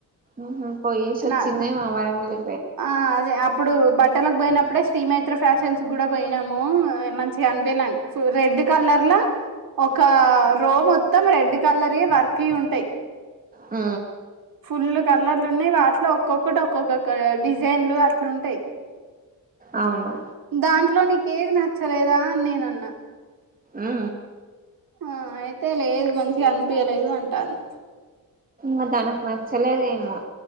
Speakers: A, on the right; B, on the right.
A: ఆహా పోయేసొచ్చిందేమో
B: నా
A: మరి మల్ల
B: ఆ అదే అప్ ఇప్పుడు బట్టలకు పోయినప్పుడే శ్రీ మైత్ర ఫ్యాషన్స్ కూడా పోయినాము మంచిగా అనిపించలాండి రెడ్ రెడ్ కలర్ల ఒక రో మొత్తం రెడ్ కలర్ వర్క్ ఉంటాయి
A: ఆ
B: ఫుల్ కలర్లు ఉన్నాయి వాటిలో ఒక్కొక్కటి ఒక్కొక్కొక్క డిజైన్లు అట్లుంటాయి
A: అవును
B: దాంట్లో నీకేది నచ్చలేదా అని నేన అన్నా
A: ఆ
B: ఆ అయితే లేదు మంచిగా అనిపియ్యలేదు అంటది
A: ఉ తనకు నచ్చలేదు ఏమో